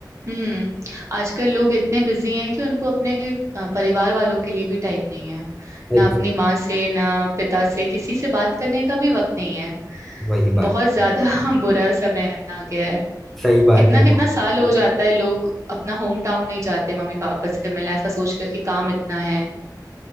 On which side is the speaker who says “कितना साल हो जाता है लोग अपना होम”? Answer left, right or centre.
Right